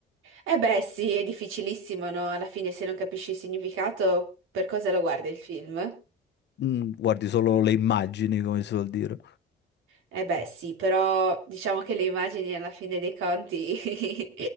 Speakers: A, on the right; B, on the left.
A: E beh, sì, è difficilissimo, no? Alla fine, se non capisci il significato, per cosa lo guardi il film?
B: Mm, guardi solo le immagini, come si vuol dire.
A: Eh beh, sì, però diciamo che le immagini alla fine dei conti, <laughs>